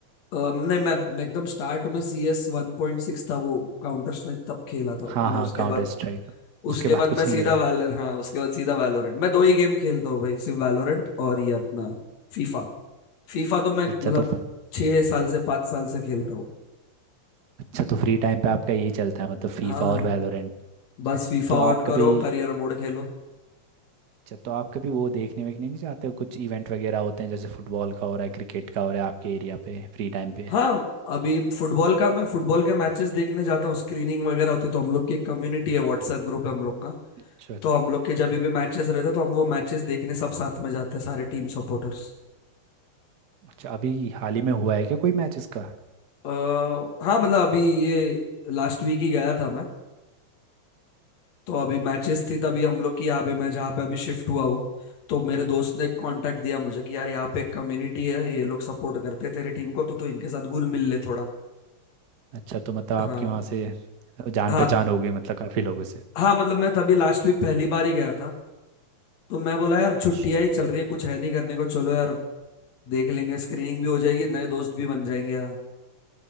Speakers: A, on the left; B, on the right.
A: अ, नहीं मैं मैं एकदम स्टार्ट में सी एस वन पॉइंट सिक्स था वो काउंटर स्ट्राइक तब खेला था
B: हाँ
A: मैंने
B: हाँ
A: उसके
B: काउंटर
A: बाद
B: स्ट्राइक उसके
A: उसके
B: बाद
A: बाद
B: कुछ
A: मैं सीधा
B: नहीं खेला
A: वैल हाँ उसके बाद सीधा वैलोरेंट मैं दो ही गेम खेलता हूँ भाई सिर्फ वैलोरेंट और ये अपना फीफा फीफा तो मैं
B: अच्छा
A: मतलब
B: तो
A: छह साल से पांच साल से खेल रहा हूँ
B: अच्छा तो फ्री टाइम पे आपका यही चलता है मतलब फीफा
A: हाँ
B: और वैलोरेंट
A: बस फीफा
B: तो
A: ऑन
B: आप कभी
A: करो करियर मोड खेलो
B: अच्छा तो आप कभी वो देखने वेखने नहीं जाते हो कुछ इवेंट वगैरह होते हैं जैसे फुटबॉल का हो रहा है क्रिकेट का हो रहा है आपके एरिया पे फ्री टाइम पे
A: हाँ अभी फुटबॉल का मैं फुटबॉल के मैचेस देखने जाता हूँ स्क्रीनिंग वगैरह होती है, तो हम लोग की एक कम्युनिटी है व्हाट्सएप ग्रुप है हम लोग का
B: अच्छा
A: तो हम लोग के जब भी मैचेस रहते हैं, तो हम वो मैचेस देखने सब साथ में जाते हैं सारे टीम सपोर्टर्स
B: अच्छा अभी हाल ही में हुआ है क्या कोई मैच इसका
A: आ, हाँ मतलब अभी ये लास्ट वीक ही गया था मैं तो अभी मैचेस थी तभी हम लोग की यहाँ पे मैं जहाँ पे अभी शिफ्ट हुआ हूँ तो मेरे दोस्त ने कांटेक्ट दिया मुझे कि यार यहाँ पे एक कम्युनिटी है ये लोग सपोर्ट करते तेरे टीम को तो तो इनके साथ घुल मिल ले थोड़ा
B: अच्छा तो मतलब आपके
A: हाँ
B: वहाँ से जान
A: हाँ
B: पहचान हो गई मतलब काफ़ी लोगों से
A: हाँ मतलब मैं तभी लास्ट वीक पहली बार ही गया था तो मैं बोला यार
B: अच्छा।
A: छुट्टियां ही चल रही है कुछ है नहीं करने को चलो यार देख लेंगे स्क्रीनिंग भी हो जाएगी नए दोस्त भी बन जाएंगे यार